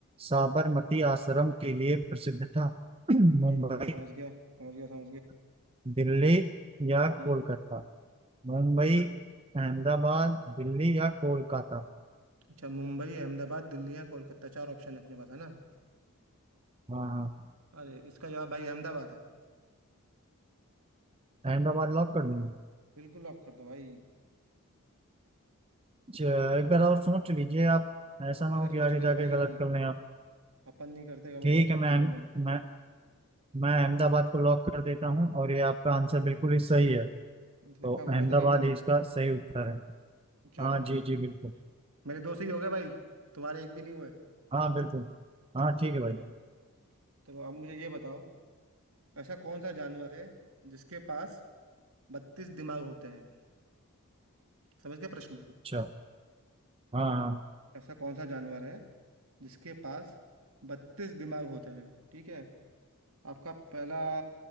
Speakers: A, on the right; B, on the right.
A: साबरमती आश्रम के लिए प्रसिद्ध था <clears throat> मुंबई
B: ठीक है भाई समझ गया समझ गया समझ गया
A: दिल्ली या
B: हम्म
A: कोलकाता मुंबई
B: बस
A: अहमदाबाद दिल्ली या कोलकाता
B: अच्छा मुंबई अहमदाबाद दिल्ली या कोलकाता चार ऑप्शन है अपने पास है ना
A: हाँ हाँ
B: अरे इसका जवाब भाई अहमदाबाद है
A: अहमदाबाद लॉक कर देना
B: बिल्कुल लॉक कर दो भाई
A: च- एक बार और सोच लीजिए आप ऐसा
B: अरे
A: ना हो
B: सोच
A: कि आगे
B: लिया
A: जाके
B: भाई
A: गलत कर लें आप
B: अपन नहीं करते गलत
A: ठीक
B: भाई इन
A: है
B: सब
A: मैं
B: चीजों में
A: मैं मैं अहमदाबाद को लॉक कर देता हूँ और ये आपका आंसर बिल्कुल ही सही है तो
B: देखा
A: अहमदाबाद
B: बोला था ना मैंने
A: ही इसका सही उत्तर है
B: चलो
A: हाँ जी
B: ठीक
A: जी
B: है
A: बिल्कुल
B: मेरे दो से ही हो गए भाई तुम्हारे एक भी नहीं हुए
A: हाँ बिल्कुल हाँ ठीक है भाई
B: चलो चलो अब मुझे ये बताओ ऐसा कौन सा जानवर है जिसके पास बत्तीस दिमाग होते हैं समझ गए प्रश्न
A: अच्छा हाँ हाँ
B: ऐसा कौन सा जानवर है जिसके पास बत्तीस दिमाग होते हैं ठीक है आपका पहला